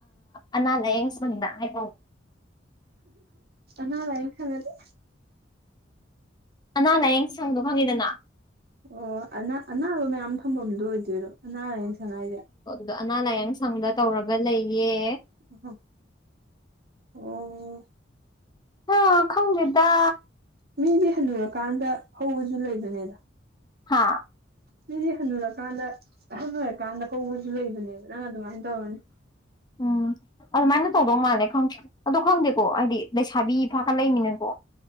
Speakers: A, on the left; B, on the right.
A: ꯑꯅꯥ ꯂꯥꯏꯌꯦꯡ ꯁꯅ ꯍꯥꯏ
B: ꯅꯥ ꯂꯥꯏ ꯈꯪꯒꯅꯤ
A: ꯑꯅꯥ ꯂꯥꯌꯦꯡ ꯁꯪꯗꯣ ꯐꯪꯉꯤꯗꯅ
B: ꯑꯣ ꯑ ꯑꯅꯥꯕ ꯃꯌꯥꯝ ꯊꯝꯐꯝꯗꯣ ꯑꯣꯏꯗꯣꯏꯔꯣ ꯑꯅꯥꯔ ꯑꯩꯅ ꯁꯉꯥꯏꯁꯦ
A: ꯑꯗꯣ ꯑꯅꯥ ꯂꯥꯏꯌꯦꯡ ꯁꯪꯗ ꯇꯧꯔꯒ ꯂꯩꯌꯦ
B: ꯑ ꯑꯣ
A: ꯑꯥ ꯈꯪꯗꯗ
B: ꯃꯤꯗꯤ ꯍꯟꯟꯅꯨꯔꯀꯥꯟꯗ ꯍꯧꯕꯁꯨ ꯂꯩꯕꯅꯦꯗ
A: ꯍꯥ
B: ꯃꯤꯗꯤ ꯍꯟꯅꯨꯔꯀꯥꯟꯗ ꯍ ꯂꯣꯏꯔꯀꯥꯟꯗ ꯍꯧꯕꯁꯨ ꯂꯩꯕꯅꯦꯕ ꯅꯪ ꯑꯗꯨꯃꯥꯏꯅ ꯇꯧꯔꯅꯤ
A: ꯎꯝ ꯑꯗꯨꯃꯥꯏꯅ ꯇꯧꯗꯧ ꯃꯥꯜꯂꯦ ꯈꯪꯗꯦ ꯑ ꯈꯪꯗꯦꯀꯣ ꯍꯥꯏꯗꯤ ꯂꯩꯁꯥꯕꯤ ꯐꯥꯀꯠ ꯂꯩꯃꯤꯅꯀꯣ